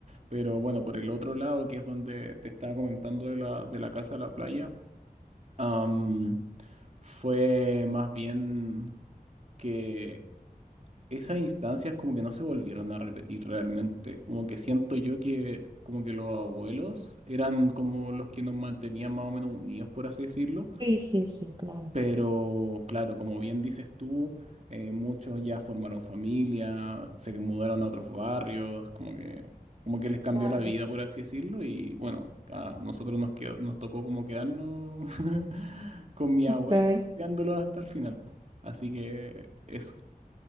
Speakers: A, on the right; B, on the right.
A: Pero bueno, por el otro lado, que es donde te estaba comentando de la, de la casa a la playa, am, fue más bien que esas instancias como que no se volvieron a repetir realmente. Como que siento yo que como que los abuelos eran como los que nos mantenían más o menos unidos, por así decirlo.
B: Sí, sí, sí, claro.
A: Pero claro, como bien dices tú, eh, muchos ya formaron familia, se mudaron a otros barrios, como que, como que les cambió
B: Claro.
A: la vida, por así decirlo, y bueno, a nosotros nos quedó, nos tocó como quedarnos <laughs> con mi
B: Total.
A: abuelo, cuidándolos hasta el final. po. Así que eso,